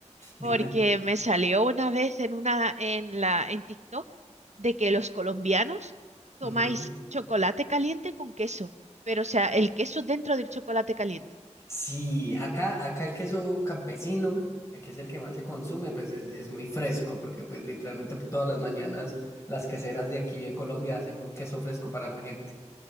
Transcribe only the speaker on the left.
Dime.
Ujú.
Sí, acá, acá el queso campesino, eh, que es el que más se consume, pues es, es muy fresco, porque pues literalmente todas las mañanas las queseras de aquí de Colombia hacen queso fresco para la gente.